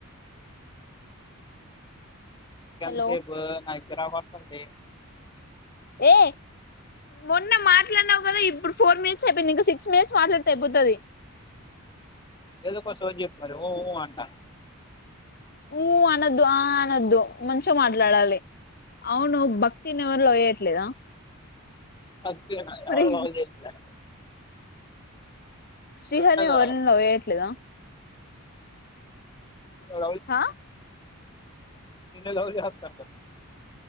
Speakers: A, on the left; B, on the left.
A: ఇంకేంతసేపు
B: హలో
A: నాకు చిరాకత్తుంది
B: ఏ మొన్న మాట్లాడినావు కదా ఇప్పుడు ఫోర్ మినిట్స్ అయిపోయింది ఇంక సిక్స్ మినిట్స్ మాట్లాడితే అయిపోతది <inaudible>
A: ఏదో ఒక్క సోది చెప్పు మరి ఊ ఊ అంటా
B: ఊ అనద్దు ఆ అనొద్దు మంచిగా మాట్లాడాలి అవును భక్తి నెవర్ లవ్ చెయట్లేదా
A: అంతేనా
B: మరి.
A: ఎవరు లవ్ చేయట్లే
B: శ్రీహరిని
A: వాడుండగా
B: ఎవరైనా లవ్ చెయట్లేదా
A: నిన్ను
B: హా
A: నిన్నె లవ్ చేస్తాండు